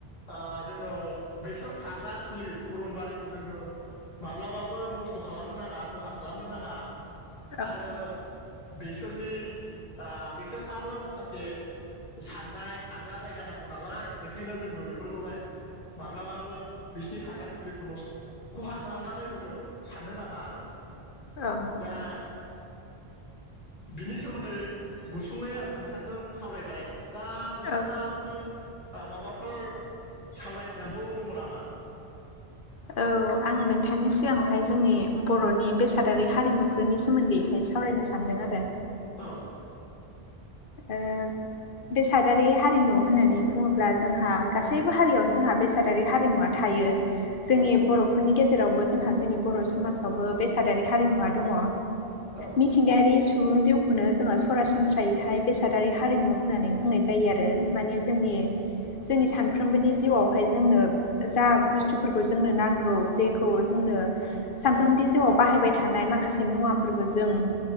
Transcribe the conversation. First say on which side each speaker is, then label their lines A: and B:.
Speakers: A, on the left; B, on the left.
A: ओ जोङो बेसोर थाग्रा फुलि अरनबारिखौ जोङो। माब्लाबाबो नस्थ' खालामनो नाङा खहा खालामनो नाङा
B: औ
A: आरो। बिसोरनि आ बिसोरहाबो माखासे। साननाय थाग्रा जायगा नांगौ नालाय बेखायनो जोङो बेफोरखौहाय। माब्लाबाबो बिसिनि फाग्रा फुलिखौ नस खहा खालामनानै होनो। साननो नाङा आरो।
B: ओ।
A: दा। बिनि सोमोन्दै गुसुङै आं नोंथांजों सावरायबाय दाब। नोंथाङाबो
B: औ
A: माबाफोर सावरायनांगौ दङ' नामा? <inaudible>
B: औ आङो नोंथांनि सिगाङावहाय जोंनि बर'नि बेसादारि हारिमुफोरनि सोमोन्दै। दायो सावरायनो सानदों आरो।
A: औ।
B: ओ। बेसादारि हारिमु होननानै बुङोब्ला जोंहा गासैबो हारियावनो जोंहा बेसाद। दारि हारिमुवा थायो। जोंनि
A: औ
B: बर'फोरनि गेजेरावबो जोंहा जोंनि बर' समाजावबो बेसादारि हारिमुवा दङ'।
A: औ
B: मिथिंगायारि सु सुबुं जिउखौनो जोङो सरासनस्रायैहाय बेसादारि हारिमु होननानै बुंनाय जायो आरो। माने जोंन-जोंनि सानफ्रोमबोनि जिउआवहाय जोंनो जा बुस्थु। फोरखौ जोंनो नांगौ जेखौ जोंनो सानफ्रोमबोनि
A: औ
B: जिउआव बाहाय थानाय माखासे मुवाफोरबो जों।